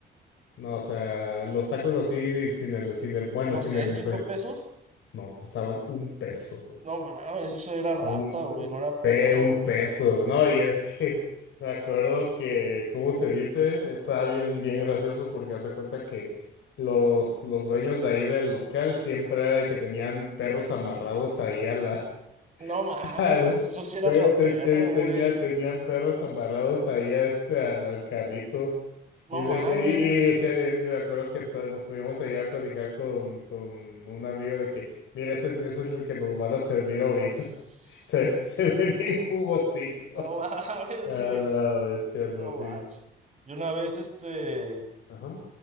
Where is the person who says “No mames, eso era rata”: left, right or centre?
Right